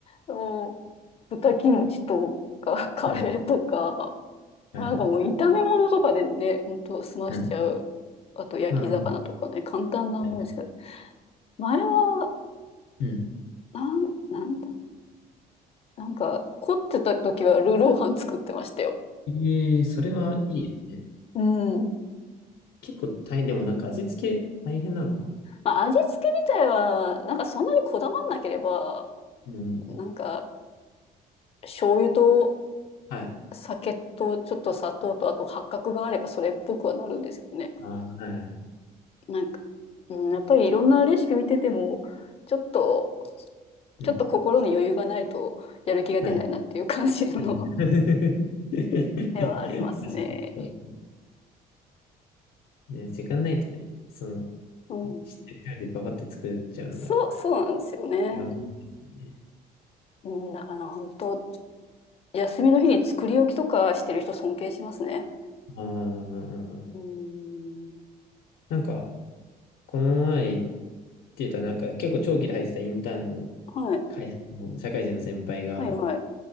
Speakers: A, on the left (about 35°); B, on the left (about 80°).
A: あの、豚キムチとか、カレーとか、
B: はい、はい、
A: なんかもう炒め物とかでね、
B: はい。
A: ほんと済ましちゃう。
B: うん。
A: あと焼き魚とかね、
B: まあ、
A: 簡単なもんしか。
B: はいは
A: 前は、
B: いうん。
A: なん、なんだ、なんか凝ってた時はルーロー飯作ってましたよ。
B: ええそれはいいね。
A: うん。
B: 結構大変、でもなんか味付け大変なのか
A: まあ味付け自体は、なんかそんなにこだわんなければ、
B: うん。
A: なんか醤油と
B: はい。
A: 酒とちょっと砂糖とあと八角があればそれっぽくはなるんですけどね。
B: あー、はい。
A: なんか、うん、やっぱりいろんなレシピ見てても、ちょっと
B: うん。
A: ちょっと心に余裕がないとやる気が出ないなっていう感じの
B: はい。うん <laughs> 確か
A: <laughs> ではありますね。
B: に。そうね、時間ないとね、その、
A: うん。
B: 知ってる料理でパパって作っちゃうのが
A: そう、そうなんですよね。
B: 一番簡単ですよね。
A: うん、だから本当、休みの日に作り置きとかしてる人尊敬しますね。
B: ああ、
A: うん。
B: なんか、この前言ってた、なんか結構長期で入ってたインターンの
A: はい。
B: 会社の社会人の先輩が、
A: はいはい。